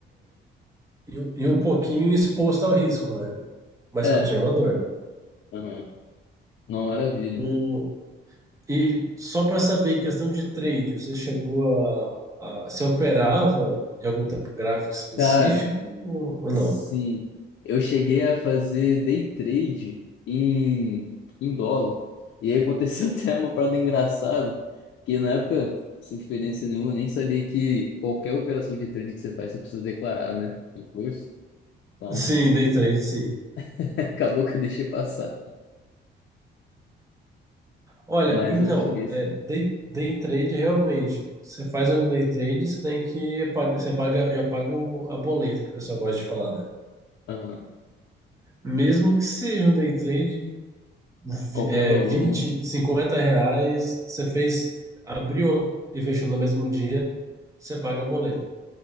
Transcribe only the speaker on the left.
É,
aham. Não, maravilha.
Cara,
sim.
Eu cheguei a fazer day trade em, em dólar. E aí aconteceu <laughs> até uma parada engraçada, que na época, sem experiência nenhuma, eu nem sabia que qualquer operação de trade que você faz, você precisa declarar, né? Imposto. Então,
<laughs> acabou que eu deixei passar.
Mas
eu cheguei assim.
Aham.
Qualquer
valor,
né?